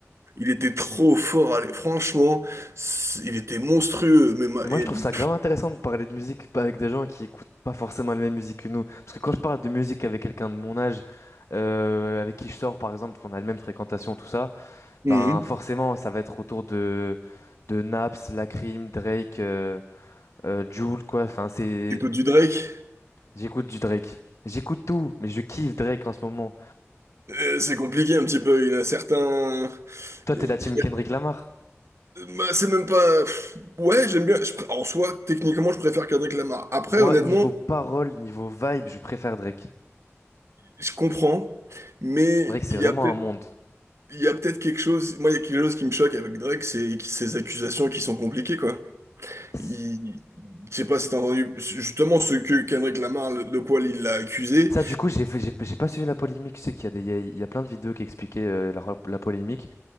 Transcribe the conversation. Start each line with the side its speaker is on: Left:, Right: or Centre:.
Right: Il était trop fort, allez, franchement, c- il était monstrueux, mais ma-
Left: Et moi,
Right: et,
Left: je trouve
Right: pff,
Left: ça grave intéressant de parler de musique pas avec des gens qui écoutent pas forcément la même musique que nous. Parce que quand je parle de musique avec quelqu'un de mon âge, euh, avec qui je sors, par exemple, on a la même fréquentation, tout ça,
Right: hum,
Left: ben forcément, ça va être autour de de Naps, Lacrim, Drake, euh, euh, Jul, quoi. Enfin, c'est
Right: t'écoutes du Drake,
Left: j'écoute du Drake. J'écoute tout, mais je kiffe Drake en ce moment.
Right: euh, c'est compliqué un petit peu, il a certains...
Left: Toi,
Right: il
Left: t'es la team
Right: y
Left: Kendrick
Right: a-
Left: Lamar.
Right: bah, c'est même pas... pff, Ouais, j'aime bien, je pr- en soi, techniquement, je préfère Kendrick Lamar. Après,
Left: Moi,
Right: honnêtement,
Left: niveau parole, niveau vibe, je préfère Drake.
Right: je comprends, mais
Left: Drake, c'est
Right: il y
Left: vraiment
Right: a peut-être
Left: un monde.
Right: il y a peut-être quelque chose... Moi, il y a quelque chose qui me choque avec Drake, c'est ses accusations qui sont compliquées, quoi.
Left: Ça,
Right: Il... Je sais pas si t'as entendu, justement, ce que Kendrick Lamar, le- de quoi il l'a accusé,
Left: du coup, j'ai j'ai j'ai pas suivi la polémique. Je sais qu'il y a des, il y a, il y a plein de vidéos qui expliquaient euh, la, la polémique.